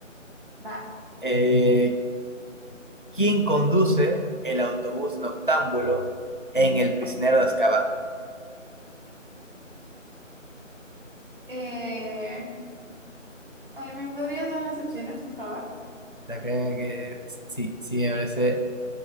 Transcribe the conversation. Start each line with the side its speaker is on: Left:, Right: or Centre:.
Right: Va.
Left: Eh, ¿quién conduce el autobús noctámbulo en El prisionero de Azkaban?
Right: Eh, ay, ¿me podrías dar las opciones, por favor?
Left: Esta creo que sí, sí me parece